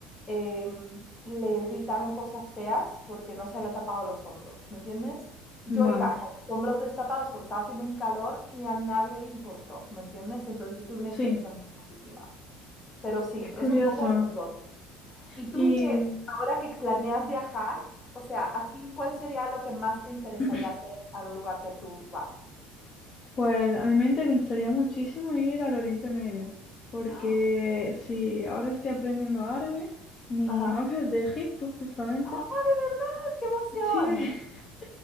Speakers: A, on the left; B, on the left.
A: em, le gritaron cosas feas porque no se había tapado los hombros, ¿me entiendes? Yo
B: Vale,
A: iba con los hombros destapados porque estaba haciendo un calor y a nadie le importó, ¿me entiendes? Entonces yo tuve una
B: sí,
A: experiencia muy positiva. Pero sí,
B: qué curioso.
A: es un poco los dos. Y
B: Y
A: tú que ahora que planeas viajar, o sea, ¿a ti cuál sería lo que más te interesaría
B: <clears throat>
A: hacer en un lugar que tú vas?
B: Pues a mí me interesaría muchísimo ir al Oriente Medio, porque
A: <gasps>
B: si ahora estoy aprendiendo árabe, mi
A: Ajá.
B: novio es de Egipto, justamente.
A: ¡Ah, de verdad! ¡Qué emoción!
B: Sí, <laughs>